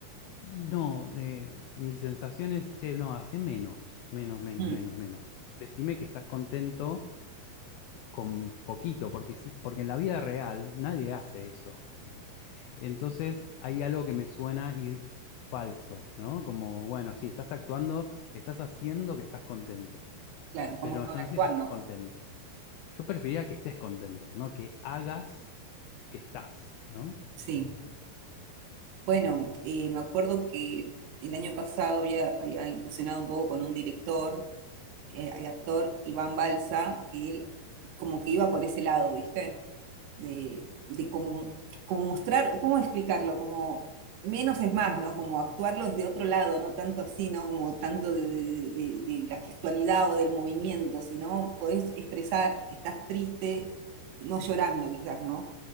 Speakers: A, on the left (about 85°); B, on the right (about 75°).
A: no, eh, mi sensación es, che, no, hace menos, menos, menos,
B: Mm,
A: menos, menos. Decime que estás contento con poquito, porque sí, porque en la vida real nadie hace eso. Entonces hay algo que me suena y falso, ¿no? Como, bueno, sí, estás actuando, estás haciendo que estás contento,
B: claro, como
A: pero
B: sobreactuando,
A: yo no sé si estás contento. Yo preferiría que estés contento, ¿no? Que hagas que estás, ¿no?
B: sí. Bueno, eh, me acuerdo que el año pasado había, había incursionado un poco con un director eh, el actor Iván Balsa, que él como que iba por ese lado, ¿viste? De, de como, como mostrar, ¿cómo explicarlo? Como menos es más, ¿no? Como actuarlo desde otro lado, no tanto así, ¿no? Como tanto de, de- de- de la gestualidad o del movimiento, sino podés expresar que estás triste, no llorando quizás, ¿no?